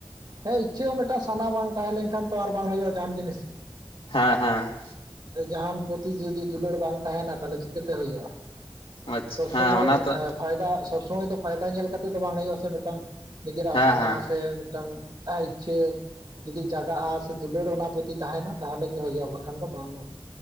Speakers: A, on the right; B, on the left.
A: ᱦᱮᱸ ᱤᱪᱪᱟᱹᱜ ᱦᱚᱸ ᱢᱤᱫᱴᱟᱝ ᱥᱟᱱᱟ ᱵᱟᱝ ᱛᱟᱦᱮᱸ ᱞᱮᱱ ᱠᱷᱟᱱ ᱛᱚ ᱟᱨ ᱵᱟᱝ ᱦᱩᱭᱩᱜᱼᱟ ᱡᱟᱦᱟᱱ ᱡᱤᱱᱤᱥ
B: ᱦᱮᱸ ᱦᱮᱸ
A: ᱡᱟᱦᱟᱸᱱ ᱯᱩᱛᱷᱤ ᱡᱩᱫᱤ ᱫᱩᱞᱟᱹᱲ ᱵᱟᱝ ᱛᱟᱦᱮᱱᱟ ᱛᱟᱦᱚᱞᱮ ᱪᱤᱠᱟᱹᱛᱮ ᱦᱩᱭᱩᱜᱼᱟ
B: ᱟᱪᱪᱷᱟ
A: ᱥᱚᱵ ᱥᱚᱢᱚᱭ
B: ᱦᱮᱸ ᱚᱱᱟ ᱛᱚ
A: ᱟᱯ ᱯᱷᱟᱭᱫᱟ ᱥᱚᱵᱽ ᱥᱚᱢᱚᱭ ᱫᱚ ᱯᱷᱟᱭᱫᱟ ᱧᱮᱞ ᱠᱟᱛᱮᱜ ᱫᱚ ᱵᱟᱝ ᱦᱳᱭᱳᱜ-ᱟ ᱥᱮ ᱢᱤᱫᱴᱟᱝ ᱱᱤᱡᱮᱨᱟᱜ
B: ᱦᱮᱸ
A: ᱥᱟᱱᱟ
B: ᱦᱮᱸ
A: ᱥᱮ ᱢᱤᱫᱴᱟᱝ ᱤᱪᱪᱷᱟᱹ ᱡᱩᱫᱤ ᱡᱟᱜᱟᱜᱼᱟ ᱥᱮ ᱫᱩᱞᱟᱹᱲ ᱚᱱᱟ ᱯᱩᱚᱛᱤ ᱛᱟᱦᱮᱸᱱᱟ ᱛᱟᱦᱚᱞᱮ ᱜᱮ ᱦᱩᱭᱩᱜᱼᱟ ᱵᱟᱠᱷᱟᱱ ᱫᱚ ᱵᱟᱹᱝᱼᱟ,